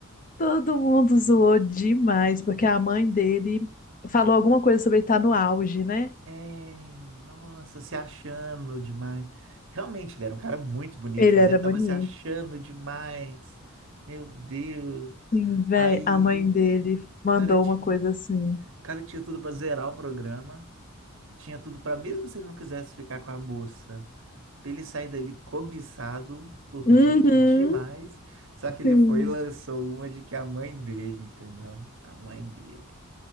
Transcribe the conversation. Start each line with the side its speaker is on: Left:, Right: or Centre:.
Left: Todo mundo zoou demais, porque a mãe dele falou alguma coisa sobre ele estar no auge, né?
Right: É, nossa, se achando demais. Realmente, ele era um cara muito bonito,
Left: Ele
Right: mas
Left: era
Right: ele
Left: bonito.
Right: tava se achando demais. Meu Deus.
Left: Sim, véi,
Right: Aí,
Left: a mãe dele mandou
Right: cara, tinha
Left: uma coisa assim.
Right: Cara, tinha tudo pra zerar o programa, tinha tudo pra mesmo se ele não quisesse ficar com a moça, pra ele sair dali cobiçado por
Left: Uhum,
Right: gente demais. Só que
Left: sim.
Right: ele foi e lançou uma de que a mãe dele, entendeu? A mãe dele.